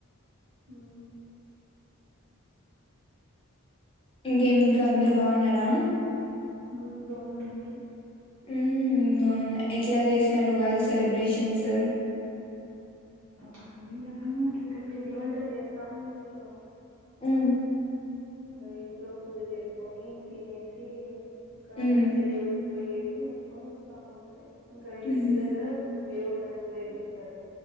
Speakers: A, on the right; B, on the left.
A: హ్మ్
B: ఇంకేమి ఇంట్లో అందరు బాగున్నారా
A: ఓ బాగున్నా మీరు
B: ఉమ్ అవునా ఎట్లా చేసినాను ఉగాది సెలబ్రేషన్స్
A: కాదనా ఇంకా పిండి వంటలు చేస్తాము ఇంట్లో
B: హ్మ్
A: ఇంకా ఇంట్లో పూజ చేసుకొని తినేసి ఇంకా
B: మ్మ్
A: ఇంటి దేవురికి పోయేసి ఇక్ మోక్కోన్ వాతం అంతే ఇంకా
B: మ్హూ
A: ఇంటి దగ్గర గు దేవుళ్ళని ఊరేగితారు